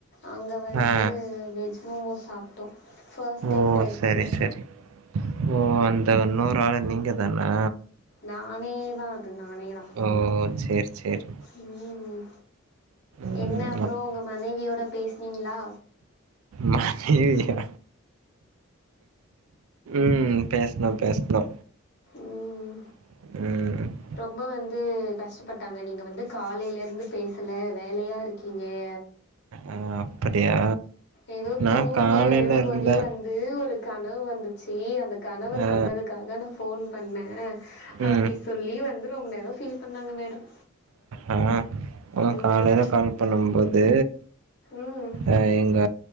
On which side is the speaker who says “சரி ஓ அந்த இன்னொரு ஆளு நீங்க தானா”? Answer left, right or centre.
Right